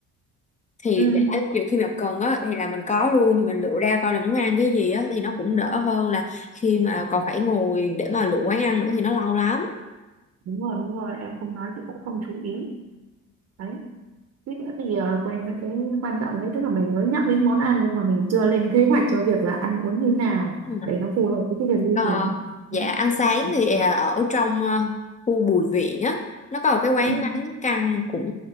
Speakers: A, on the left (about 25°); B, on the right (about 55°).
A: thì
B: ừ.
A: để ví khi mà cần á thì là mình có luôn thì mình lựa ra coi là muốn ăn cái gì á thì nó cũng đỡ hơn là khi mà còn phải ngồi để mà lựa quán ăn nữa thì nó lâu lắm.
B: đúng rồi đúng rồi em không nói chị cũng không chú ý đấy suýt nữa thì ờ, quên mất cái quan trọng đấy tức là mình mới nhắc đến món ăn nhưng mà mình chưa lên kế hoạch cho việc là ăn uống như nào
A: Ừ.
B: để nó phù hợp với cái việc di
A: Ờ,
B: chuyển
A: dạ
B: đấy.
A: ăn sáng thì à, ở trong à, khu Bùi Viện á nó có một cái quán
B: ừ.
A: bánh căn cũng